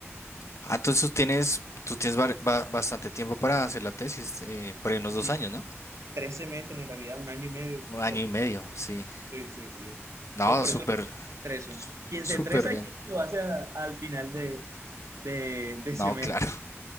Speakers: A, on the left; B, on the right.
A: Ah, entonces tú tienes, tú tienes bar- ba- bastante tiempo para hacer la tesis, eh, por ahí unos dos
B: Y
A: años, ¿no?
B: tres semestres, en realidad un año y medio.
A: Un año
B: por-
A: y medio, sí.
B: sí, sí, sí.
A: No,
B: Entonces por
A: súper,
B: eso no me estreso.
A: su-
B: Quien
A: súper
B: se estresa
A: bien.
B: es quien lo hace a- al final de, de de
A: No,
B: semestre.
A: claro.